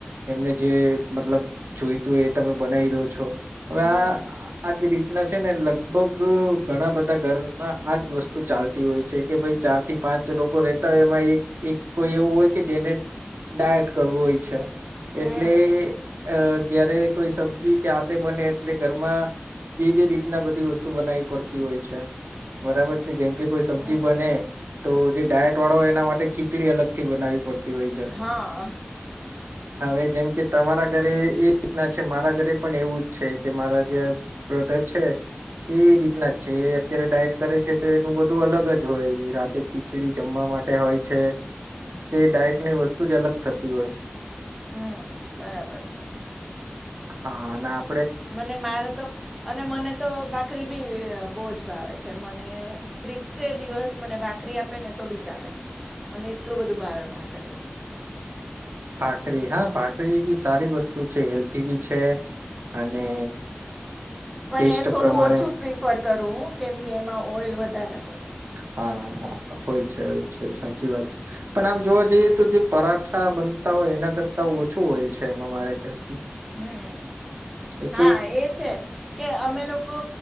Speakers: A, on the right; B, in the centre.
A: એમને જે મતલબ જોઈતું હોય એ તમે બનાવી દો હવે
B: હમ
A: આ આજ રીતે રી ના છે ને લગભગ ઘણા બધા ઘરમાં આજ વસ્તુ ચાલતી હોય છે. કે ભાઈ ચાર થી પાંચ લોકો રહે. તો એમાં એક એક કોઈ એવું હોય કે જેને ડાયટ કરવું હોય છે. એટલે
B: હમ
A: અ જયારે કોઈ સબ્જી કેતે બને એટલે ઘરમાં બે બે રીતના બધી વસ્તુ બનાવી પડતી હોય છે. બરાબર છે જેમ કે કોઈ સબ્જી
B: હમ
A: બને તો જે ડાયટ વાળો હોય એના માટે ખીચડી અલગથી બનાવી પડતી. હોય છે
B: હા
A: હવે જેમ કે તમારા ઘરે એ રીતના છે મારા ઘરે પણ એવું જ છે. કે મારા જે બ્રધર છે એ રીતના છે. અત્યારે ડાયટ કરે છે તો એનું બધું અલગ જ હોય રાતે ખીચડી જમવા માટે હોય છે. તે ડાયટ ની વસ્તુ જ અલગ થતી હોય.
B: હમ બરાબર છે
A: હા ના
B: મને મારે તો અને મને તો ભાખરી બી બહુજ ભાવે છે મને ત્રીસે દિવસ મને ભાખરી આપે ને તો બી ચાલે મને એટલું બધું ભાવે ભા કરીરી
A: ભાખરી હા ભાખરી બી સારી વસ્તુ છે હેલ્થી બી છે. અને
B: પણ
A: ટેસ્ટ
B: એ થોડું
A: પ્રમાણે
B: ઓછું પ્રિફર કરું કેમકે એમાં ઓઈલ વધારે હોય
A: હા હોય છે હોય છે સાચી વાત છે પણ આમ જોવા જઈએ તો જે પરાઠા બનતા હોય એના કરતા ઓછું હોય છે એમાં મારા ખ્યાલથી
B: હમ
A: એક
B: હા એ છે કે અમે લોકો